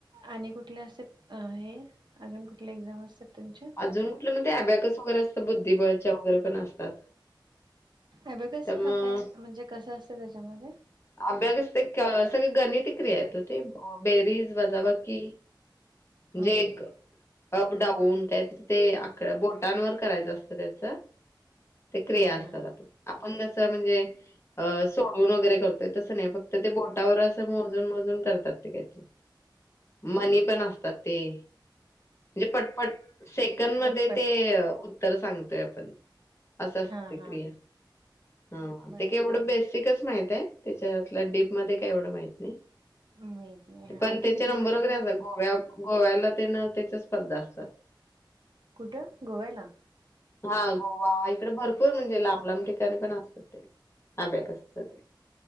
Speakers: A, on the right (about 65°); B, on the left (about 35°).
A: आणि कुठले असतात अ हे अजून कुठले एक्झाम असतात त्यांच्या.
B: अजून कुठलं म ते अबॅकस वगैरे असतं बुद्धिबळच्या वगैरे पण असतात.
A: अबॅकस
B: त्यामुळं
A: हा काय म्हणजे कसं असतं त्याच्यामध्ये
B: अबॅकस ते क सगळ गणितिक्रिया आहेत ओ ते, बेरीज, वजाबाकी.
A: हम्म
B: जे एक अपडाऊन कायतर ते आक बोटांवर करायचं अस त त्याच, ते क्रिया
A: हा
B: असतात
A: हा
B: आप <unintelligible> आपण जसं म्हणजे अ सोडवून वगैरे करतोय तसं नाही फक्त ते बोटावर असं मोजून-मोजून करतात ते काय मनी पण असतात ते म्हणजे पटपट. सेकंडमध्ये
A: पटपट
B: ते उत्तर सांगतोय आपण. असं असतंय
A: हा हा
B: क्रिया, हा
A: बर
B: ते केवढं
A: बर
B: बेस सीकच माहित आहे त्याच्यातल डीपमध्ये काय एवढं माहीत नाही.
A: माहित नाही हा
B: पण
A: आणि
B: त्याचे
A: ते किती
B: नंबर
A: पासून
B: वगैरे
A: असतं?
B: असतात गोव्या-गोव्याला तेन त्याच्या स्पर्धा असतात.
A: कुठं गोव्याला?
B: हा गोवा, इकडं भरपूर म्हणजे लांब-लांब ठिकाणी पण असतात ते. अबॅकसच ते,